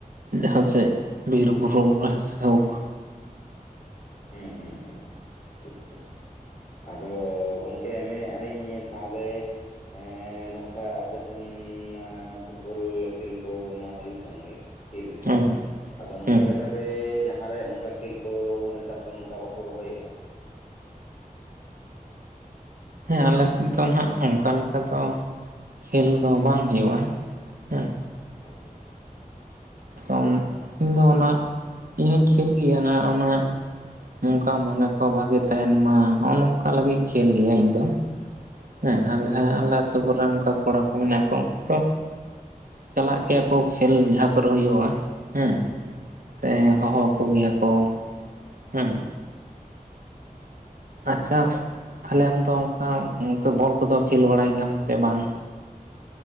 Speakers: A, on the right; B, on the left.
A: ᱡᱟᱦᱟ ᱥᱮᱫ ᱵᱤᱨ ᱵᱩᱨᱩ ᱨᱮ ᱥᱮ ᱡᱟᱭᱦᱳᱠ
B: ᱦᱩᱸ, ᱦᱩ, ᱸ ᱦᱩᱸ, ᱦᱩᱸ ᱴᱷᱤᱠ, ᱴᱷᱤᱠ᱾ ᱟᱫᱚ ᱜᱚᱝᱠᱮ ᱢᱮᱱᱮᱜ ᱟᱞᱤᱧ ᱛᱟᱦᱞᱮ ᱦᱮᱸ ᱱᱚᱝᱠᱟ ᱟᱯᱮ ᱥᱮᱱ ᱯᱷᱩᱴᱵᱚᱞ ᱠᱷᱮᱞ ᱠᱚ ᱢᱟ ᱦᱳᱭᱳᱜ ᱠᱟᱱ ᱜᱮ᱾ ᱠᱷᱮᱞᱮᱫ ᱜᱮᱭᱟ
A: ᱦᱮᱸ
B: ᱵᱤᱱ ᱟᱫᱚ ᱱᱚᱝᱠᱟ
A: ᱦᱮᱸ
B: ᱞᱮᱠᱟᱛᱮ ᱡᱟᱦᱟ ᱨᱮ ᱚᱱᱠᱟ ᱠᱷᱮᱞ ᱠᱚ ᱱᱮᱛᱟᱨ ᱫᱚ ᱱᱚᱝᱠᱟ ᱵᱟᱠᱚ ᱫᱚᱦᱚᱭ ᱮᱜᱟ
A: ᱦᱮᱸ ᱟᱞᱮ ᱥᱮᱫ ᱫᱚ ᱦᱟᱸᱜ ᱚᱱᱠᱟ ᱞᱮᱠᱟ ᱫᱚ ᱠᱷᱮᱞ ᱫᱚ ᱵᱟᱝ ᱦᱳᱭᱳᱜᱼᱟ ᱦᱮᱸ᱾
B: ᱟᱪᱪᱷᱟ, ᱟᱪᱪᱷᱟ᱾
A: ᱥᱚᱝ ᱤᱧ ᱫᱚ ᱱᱟᱹᱜ ᱤᱧ ᱦᱚᱸᱧ ᱠᱷᱮᱞ ᱜᱮᱭᱟ ᱱᱟᱹᱜ ᱚᱱᱟ ᱚᱱᱠᱟ ᱢᱚᱱᱮ ᱠᱚ ᱵᱷᱟᱜᱮ ᱛᱟᱦᱮᱱ ᱢᱟ ᱦᱚᱜ-ᱚ ᱱᱚᱝᱠᱟ ᱞᱟᱹᱜᱤᱫ ᱠᱷᱮᱞ ᱜᱮᱭᱟ ᱤᱧ ᱫᱚ᱾ ᱦᱮᱸ ᱟᱨ
B: ᱟᱪᱪᱷᱟ
A: ᱡᱟᱦᱟᱭ ᱟᱞᱮ
B: ᱟᱪᱪᱷᱟ
A: ᱟᱹᱛᱩ ᱠᱚᱨᱮᱱ ᱚᱱᱠᱟ ᱠᱚᱲᱟ ᱠᱚ ᱢᱮᱱᱟᱜ ᱠᱚᱣᱟ ᱩᱱᱠᱩ ᱫᱚ ᱪᱟᱞᱟᱜ ᱜᱮᱭᱟ ᱠᱚ ᱠᱷᱮᱞ ᱡᱟᱦᱟ ᱠᱚᱨᱮ ᱦᱩᱭᱩᱜ-ᱟ ᱦᱮᱸ᱾ ᱥᱮ
B: ᱦᱳᱭ
A: ᱦᱚᱦᱚ
B: ᱦᱳᱭ ᱦᱳᱭ
A: ᱟᱠᱚ ᱜᱮᱭᱟ ᱠᱚ ᱦᱮᱸ᱾
B: ᱦᱩᱸ, ᱦᱩᱸ, ᱦᱩᱸ᱾
A: ᱟᱪᱪᱷᱟ
B: ᱴᱷᱤᱠ
A: ᱛᱟᱦᱚᱞᱮ
B: ᱴᱷᱤᱠ
A: ᱟᱢᱫᱚ ᱚᱝᱠᱟ ᱚᱝᱠᱟ ᱵᱚᱞ ᱠᱚᱫᱚ ᱠᱷᱮᱞ ᱵᱟᱲᱟᱭ ᱜᱮᱭᱟᱢ ᱥᱮ ᱵᱟᱝ?